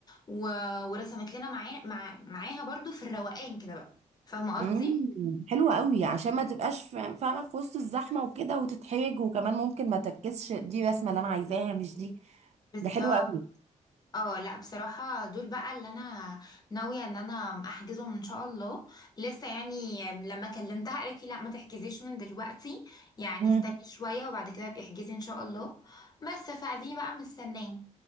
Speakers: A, on the left (about 30°); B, on the right (about 55°).
A: و... ورسمت لنا معاه مع... معاها برضو في الروقان كده بقى فاهمة
B: امم
A: قصدي؟
B: حلوة قوي عشان ما تبقاش فا- فاهمة في وسط الزحمة وكده وتتحرج وكمان ممكن ما تركزش دي الرسمة اللي انا عايزاها مش دي
A: بالظبط
B: ده حلوة قوي
A: اه لا بصراحة دول بقى اللي انا ناوية ان انا احجزهم ان شاء الله لسه يعني لما كلمتها قالت لي لا ما تحجزيش من دلوقتي يعني
B: امم
A: استني شوية وبعد كده ابقي احجزي ان شاء الله بس فدي بقى مستنية